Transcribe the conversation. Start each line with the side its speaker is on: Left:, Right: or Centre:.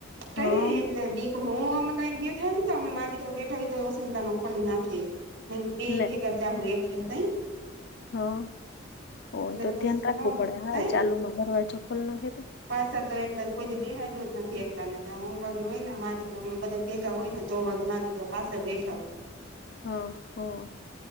Right: કહી
Left: હા
Right: એટલે <unintelligible> <inaudible> તો હું અમે કઈ બેઠા ને તો અમે મારીીક બેઠા હોી તો એ સિંધ નો ખોલી નાખી <unintelligible> <inaudible> બે
Left: લે
Right: ભેગા ચાહુ એઠ ત <unintelligible> <inaudible>
Left: હા હોય તો
Right: પછી
Left: ધ્યાન
Right: ન
Left: રાખવું પડે હા
Right: તઈ
Left: ચાલુમાં દરવાજો ખોલ નાખે તો <inaudible>
Right: પાછા તો એટલે કોઈી બેહાઈડ જ નથી એકલા ને હું વારી હોય ને મારીિકમે બધ <unintelligible> <inaudible> ભેગા હોય ને તો વા મા દીક પાસે બેઠા હો <inaudible>
Left: હા હો <inaudible>